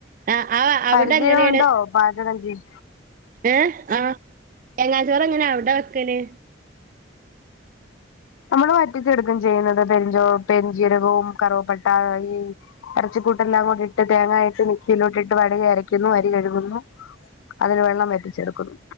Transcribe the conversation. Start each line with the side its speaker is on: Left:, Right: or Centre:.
Right: ആഹ് ആഹ് അവിടെ
Left: പരിചയമുണ്ടോ
Right: എങ്ങനെയാണ്
Left: പാചകം ചെയ്
Right: ഏഹ് ആഹ് തേങ്ങാച്ചോറ് എങ്ങനാ അവിടെ വക്കല്
Left: നമ്മള് വറ്റിച്ചെടുക്കും ചെയ്യുന്നത് പെരിഞ്ചോ പെരുജീരകവും കറുവപ്പട്ട ഈ ഇറച്ചിക്കൂട്ടെല്ലാം കൂടി ഇട്ട് തേങ്ങായിട്ട് മിക്സിയിലോട്ടിട്ട് വടകി അരയ്ക്കുന്നു അരി കഴുകുന്നു. അതില് വെള്ളം വെറ്റിച്ചെടുക്കുന്നു.